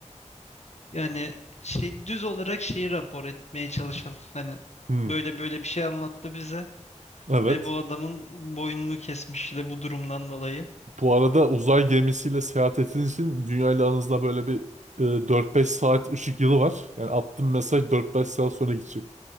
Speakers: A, on the left; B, on the right.
A: Yani şey düz olarak şeyi rapor etmeye çalışalım. Hani
B: Hmm,
A: böyle böyle bir şey anlattı bize
B: evet.
A: ve bu adamın boynunu kesmiş de bu durumdan dolayı.
B: Bu arada uzay gemisiyle seyahat ettiğiniz için dünya ile aranızda böyle bir e, 4-5 saat ışık yılı var. Yani attığın mesaj 4-5 saat sonra gidecek.